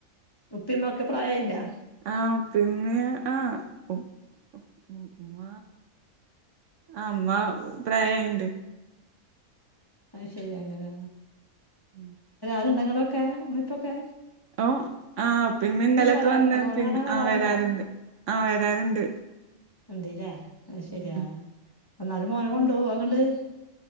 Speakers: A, on the left (about 20°); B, on the right (about 65°).
A: ഉപ്പിമ്മൊക്കെ പ്രായായിണ്ടാ
B: ആഹ പിന്നെ ആഹ. ഓഓഓ ഉമ്മ അമ്മ പ്രായമായിണ്ട്
A: ആഹ ശരി അങ്ങനെ
B: ഉം.
A: ണ്ടങ്ങടൊക്കെ ഇപ്പൊക്കെ?
B: ഓ ആ ഉപ്പേം ഉമ്മേം ഇന്നലൊക്കെ
A: വരാറുണ്ടോ
B: വന്ന്
A: മോനെ
B: പിന്നെ
A: കാണാൻ വരാറുണ്ടാ
B: ആ വരാറുണ്ട്. ആ വരാറുണ്ട്.
A: ഉണ്ടല്ലേ അത് ശെരിയാ
B: ഉം
A: എന്നാലും മോന കൊണ്ട പോവോ അങ്ങണ്ട്?